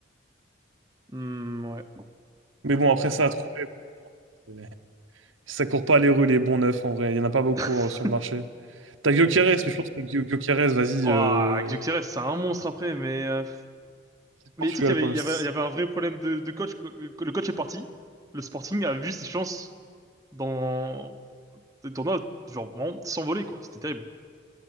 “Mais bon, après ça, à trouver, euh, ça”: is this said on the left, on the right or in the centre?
Right